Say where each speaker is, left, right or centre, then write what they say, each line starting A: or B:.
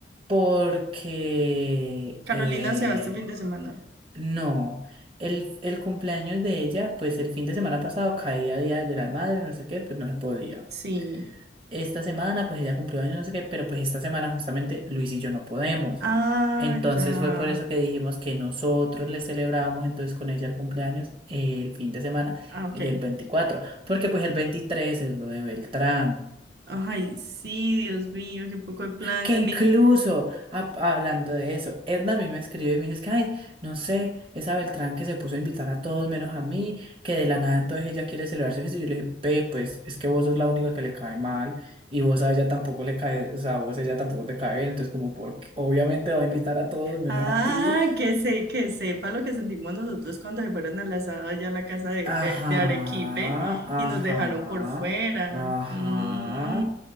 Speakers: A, on the right; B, on the right.
A: porque
B: Carolina
A: eh,
B: se va este fin de semana.
A: no. El, el cumpleaños de ella, pues el fin de semana pasado caía Día de las Madres, no sé qué, pues no se podía.
B: Sí.
A: esta semana, pues ella cumplió años, no sé qué, pero pues esta semana justamente Luis y yo no podemos.
B: Ah,
A: Entonces
B: ya.
A: fue por eso que dijimos que nosotros le celebrábamos entonces con ella el cumpleaños el fin de semana
B: Ah, ok.
A: del 24 porque pues el 23 es lo de Beltrán.
B: Ay, sí, Dios mío, qué poco de planes,
A: Que incluso,
B: mire.
A: ah, hablando de eso, Edna a mí me escribió y me dice es que, ay, no sé, esa Beltrán que se puso a invitar a todos menos a mí, que de la nada entonces ella quiere celebrar su fiesta. Y yo le dije, ve, pues, es que vos sos la única que le cae mal y vos a ella tampoco le cae, o sea, vos a ella tampoco te cae bien, entonces como, porque obviamente va a invitar a todos menos
B: Ah,
A: a ti.
B: que se, que sepa lo que sentimos nosotros cuando se fueron al asado allá a la casa de,
A: Ajá,
B: de, de Arequipe
A: ajá,
B: y nos dejaron por fuera.
A: ajá.
B: Mm,